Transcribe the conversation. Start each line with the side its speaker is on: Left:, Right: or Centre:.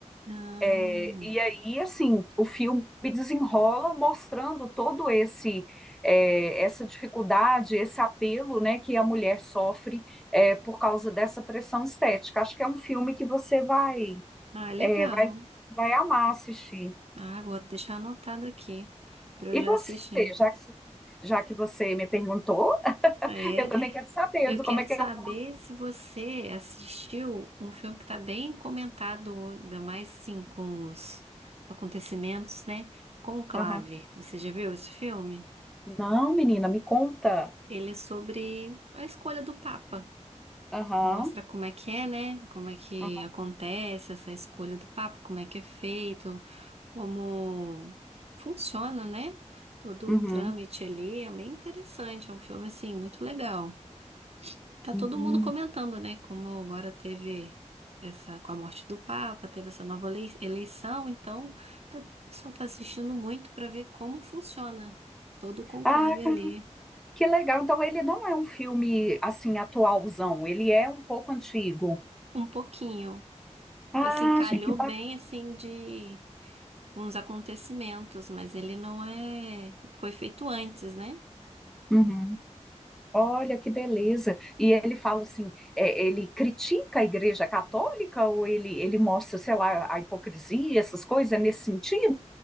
Right: Não.
Centre: É, e aí, assim, o filme desenrola mostrando todo esse é, essa dificuldade, esse apelo, né, que a mulher sofre é, por causa dessa pressão estética. Acho que é um filme que você vai
Right: Ah, legal.
Centre: é, vai vai amar assistir.
Right: Ah, vou deixar anotado aqui para
Centre: E
Right: eu já
Centre: você,
Right: assistir.
Centre: já que, já que você me perguntou,
Right: É,
Centre: eu também quero saber
Right: eu
Centre: do
Right: quero
Centre: como é que
Right: saber
Centre: eu vou.
Right: se você assistiu um filme que está bem comentado, ainda mais sim com os acontecimentos, né? Conclave.
Centre: Aham.
Right: Você já viu esse filme?
Centre: Não, menina, me conta.
Right: Ele é sobre a escolha do Papa.
Centre: Aham.
Right: Mostra como é que é, né? Como é que
Centre: aham,
Right: acontece essa escolha do Papa, como é que é feito. como funciona, né? Todo
Centre: uhum,
Right: o trâmite ali é bem interessante, é um filme assim muito legal. Tá
Centre: uhum.
Right: todo mundo comentando, né? Como agora teve essa com a morte do Papa, teve essa nova lei- eleição, então tá- o pessoal tá assistindo muito para ver como funciona todo o conclave
Centre: Ah,
Right: ali,
Centre: ca- que legal. Então, ele não é um filme assim atualzão, ele é um pouco antigo.
Right: um pouquinho.
Centre: Ah,
Right: Assim, calhou
Centre: gente, que
Right: bem assim de uns acontecimentos, mas ele não é, foi feito antes, né?
Centre: bacana. Olha que beleza. E ele fala assim, é, ele critica a Igreja Católica ou ele, ele mostra, sei lá, a hipocrisia, essas coisas nesse sentido?